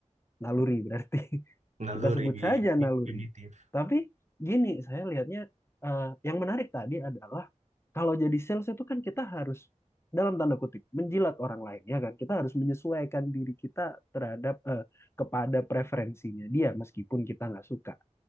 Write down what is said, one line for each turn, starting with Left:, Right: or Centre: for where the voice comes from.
Left: naluri berarti. <laughs>
Right: naluri
Left: Kita sebut saja
Right: Betul.
Left: naluri.
Right: primitif.
Left: Tapi gini, saya lihatnya eh, yang menarik tadi adalah kalau jadi sales itu kan kita harus dalam tanda kutip menjilat orang lain ya kan kita harus menyesuaikan diri kita terhadap eh, kepada preferensinya dia meskipun kita nggak suka